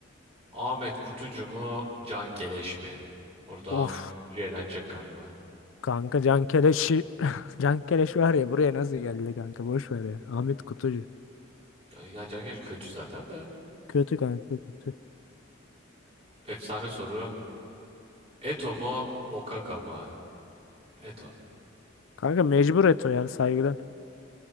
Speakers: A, on the right; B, on the left.
A: Ahmet Kutucu mu? Can Geleş mi? Burada
B: Of
A: Ahmet Kutucu eğlenecek galiba.
B: kanka Can Keleş'i <laughs> Can Keleş var ya buraya nasıl geldi kanka boş ver ya Ahmet Kutucu
A: Ya, ya Can Geleş kötü zaten de.
B: kötü kanka kötü.
A: Efsane soru. Eto mu? Okaka mı? Eto.
B: Kanka mecbur Eto yani saygıdan.